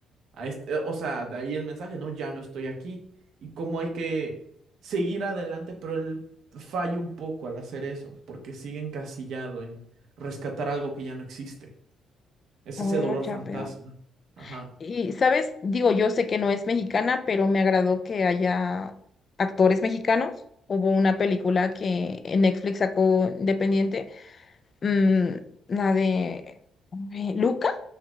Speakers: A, on the right; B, on the left.
A: A este- o sea, de ahí el mensaje, no, ya no estoy aquí. Y cómo hay que seguir adelante, pero él falla un poco al hacer eso, porque sigue encasillado en rescatar algo que ya no existe. Es
B: Oh,
A: ese dolor fantasma.
B: ya veo.
A: Ajá.
B: Y, ¿sabes? Digo, yo sé que no es mexicana, pero me agradó que haya actores mexicanos. Hubo una película que en Netflix sacó independiente, mm, la de ay, Luca,